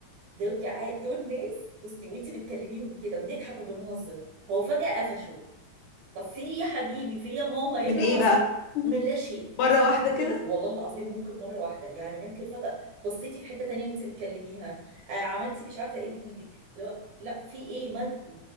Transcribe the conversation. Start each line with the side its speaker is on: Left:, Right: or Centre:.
Right: دول ع- دول ناس بصي وانت بتكلميهم كده بنضحك وبنهزر هو فجأة قفشوا طب في ايه يا حبيبي في ايه يا ماما ايه
Left: من
Right: اللي
Left: ايه
Right: حصل
Left: بقى <laughs>
Right: من لا شيء
Left: مرة
Right: ممكن
Left: واحدة
Right: تكون
Left: كده
Right: والله العظيم ممكن مره واحده يعني ممكن فجاه بصيتي في حته تانية وانت بتكلميها آه عملتي مش عارفه ايه بايدك لا لا في ايه مالكم